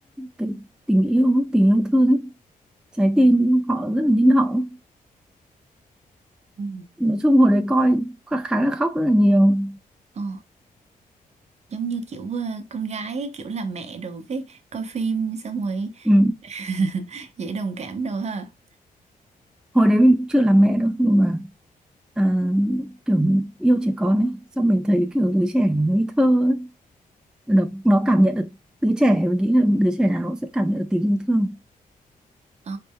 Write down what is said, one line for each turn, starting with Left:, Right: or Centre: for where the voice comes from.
Centre: cái tình yêu tình yêu thương ấy trái tim họ rất là nhân hậu
Right: Ừ.
Centre: nói chung hồi đấy coi khá, là khóc rất là nhiều
Right: Ờ, giống như kiểu ờ, con gái ấy, kiểu là mẹ đồ cái coi phim xong rồi
Centre: ừ.
Right: <laughs> dễ đồng cảm đồ ha
Centre: hồi đấy mình chưa làm mẹ đâu nhưng mà à, kiểu mình yêu trẻ con ấy xong mình thấy kiểu đứa trẻ nó ngây thơ ấy. Nó, nó cảm nhận được đứa trẻ mình nghĩ là đứa trẻ nào nó sẽ cảm nhận được tình yêu thương
Right: ờ